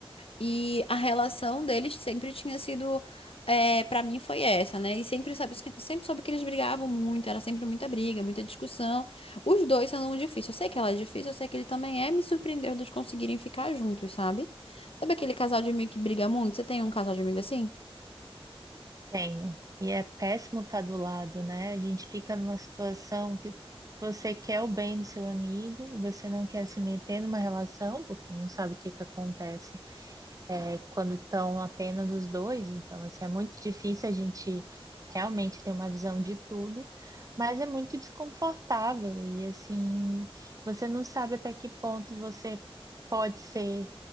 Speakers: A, on the left; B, on the right.
A: E a relação deles sempre tinha sido, é, para mim, foi essa, né? E sempre, sabe, se- sempre soube que eles brigavam muito, era sempre muita briga, muita discussão. Os dois são difíceis. Eu sei que ela é difícil, eu sei que ele também é, me surpreendeu de eles conseguirem ficar juntos, sabe? Sabe aquele casal de amigo que briga muito? Você tem um casal de amigo assim?
B: Tenho. E é péssimo estar do lado, né? A gente fica numa situação que você quer o bem do seu amigo e você não quer se meter numa relação porque não sabe o que que acontece. é, quando estão apenas os dois, então assim, é muito difícil a gente realmente ter uma visão de tudo, mas é muito desconfortável e assim, você não sabe até que ponto você pode ser,